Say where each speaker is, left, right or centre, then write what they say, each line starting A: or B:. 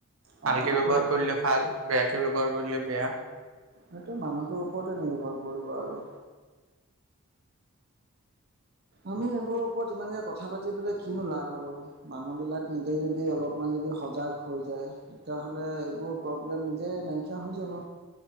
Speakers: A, on the right; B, on the right.
A: অ
B: ভালকে
A: সেইটো
B: ব্যৱহাৰ কৰিলে ভাল, বেয়াকে ব্যৱহাৰ কৰিলে বেয়া।
A: হেইটো মানুহটোৰ ওপৰতে নিৰ্ভৰ কৰিব আৰু। আমি এইবোৰৰ ওপৰত ইমানকৈ কথা পাতি পেলাই, কিনো লাভ আৰু। মানুহ বিলাক নিজে যদি অলপমান যদি সজাগ হৈ যায়। তেতিয়াহ'লে এইবোৰ প্ৰব্লেম নিজেই নাইকিয়া হৈ যাব।